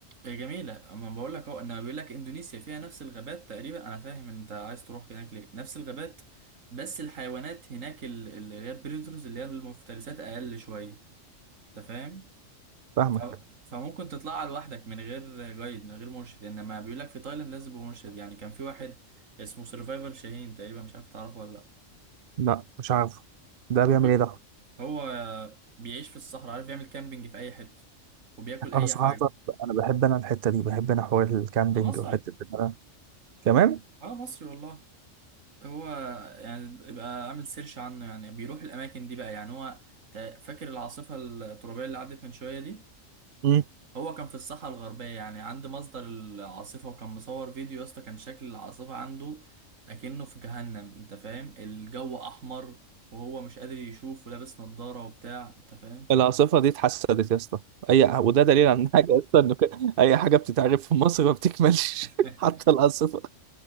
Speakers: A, on the right; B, on the right.
A: هي جميله اما بقول لك اهو انا بيقول لك اندونيسيا فيها نفس الغابات تقريبا انا فاهم انت عايز تروح هناك ليه نفس الغابات بس الحيوانات هناك ال- اللي هي البريدرز اللي هي المفترسات اقل شويه انت فاهم
B: فاهمك
A: ف... فممكن تطلعها لوحدك من غير جايد من غير مرشد انما بيقول لك في تايلاند لازم يبقى مرشد يعني كان في واحد اسمه سرفايفل شاهين تقريبا مش عارف تعرفه ولا لا
B: لا مش عارف ده
A: الراجل-
B: بيعمل ايه ده
A: هو بيعيش في الصحراء عارف يعمل كامبينج في اي حته وبياكل اي
B: انا صراحه
A: حاجه
B: انا بحب انا الحته دي بحب انا حوار الكامبينج
A: ده مصري
B: وحته إن أنا- كمان
A: اه مصري والله هو يعني يبقى عامل سيرش عنه يعني بيروح الاماكن دي بقى يعني هو تا- فاكر العاصفه الترابيه اللي عدت من شويه دي
B: مم.
A: هو كان في الساحة الغربية يعني عند مصدر العاصفة وكان مصور فيديو يا اسطى كان شكل العاصفة عنده أكنه في جهنم أنت فاهم الجو أحمر وهو مش قادر يشوف ولابس نظارة وبتاع أنت فاهم فال...
B: العاصفة دي اتحسدت يا اسطى اي وده دليل عن حاجه <laughs> يا اسطى ان ك- اي حاجه بتتعرف في مصر ما بتكملش
A: <laughs>
B: <laughs> حتى العاصفة